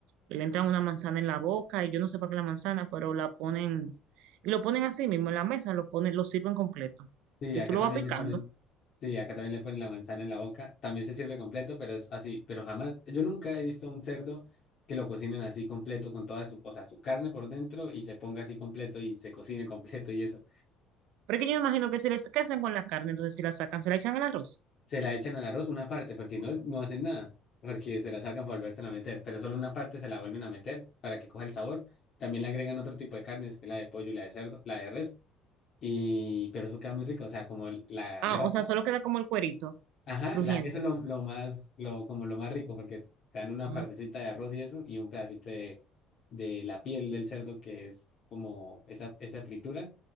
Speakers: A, on the right (about 75°); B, on the left (about 50°).
A: le entran una manzana en la boca y yo no sé para qué la manzana, pero la ponen, y lo ponen así mismo en la mesa, lo ponen, lo sirven completo
B: Sí,
A: y
B: acá
A: tú lo
B: también
A: vas picando.
B: le ponen, sí, acá también le ponen la manzana en la boca. También se sirve completo, pero es así. Pero jamás, yo nunca he visto un cerdo que lo cocinen así completo con toda su, o sea, su carne por dentro y se ponga así completo y se cocine <laughs> completo y eso.
A: Pero es que yo me imagino que si les, ¿qué hacen con la carne? Entonces si la sacan, se la echan al arroz.
B: Se la echan al arroz una parte porque no, no hacen nada, porque se la sacan para volvérsela a meter, pero solo una parte se la vuelven a meter para que coja el sabor. También le agregan otro tipo de carnes, que es la de pollo, y la de cerdo, la de res, y pero eso queda muy rico, o sea, como la
A: Ah,
B: grasa.
A: o sea, solo queda como el cuerito
B: Ajá,
A: crujiente.
B: la, eso es lo, lo más, lo, como lo más rico, porque te dan una
A: Ah,
B: partecita de arroz y eso, y un pedacito de, de la piel del cerdo, que es como esa, esa fritura,